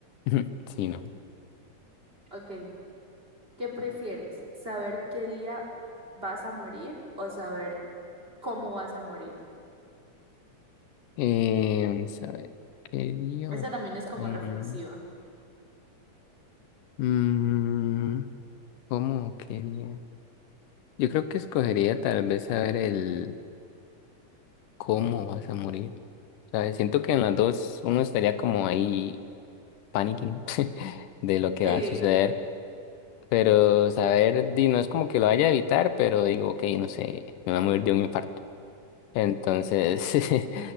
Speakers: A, on the left; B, on the right.
A: <laughs> Sí, ¿no?
B: Ok, ¿Qué prefieres? ¿Saber qué día vas a morir o saber cómo vas a morir?
A: Eh, vamos a ver, ¿qué día
B: Esa
A: o
B: también es
A: con...
B: como reflexiva.
A: Mm, ¿cómo? ¿Qué día? Yo creo que escogería tal vez saber el cómo vas a morir. sea, siento que en las dos uno estaría como ahí panicking <laughs> de lo que
B: Sí.
A: va a suceder, pero saber, di, no es como que lo vaya a evitar, pero digo, ok, no sé, me va a morir de un infarto. Entonces, <laughs>